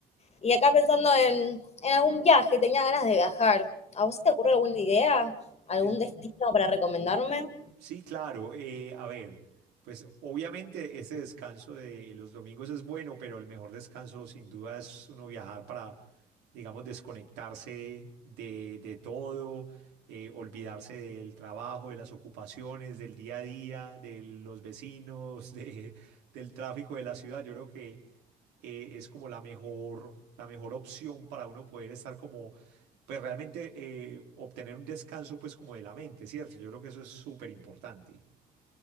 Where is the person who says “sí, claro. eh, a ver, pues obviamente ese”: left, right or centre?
Right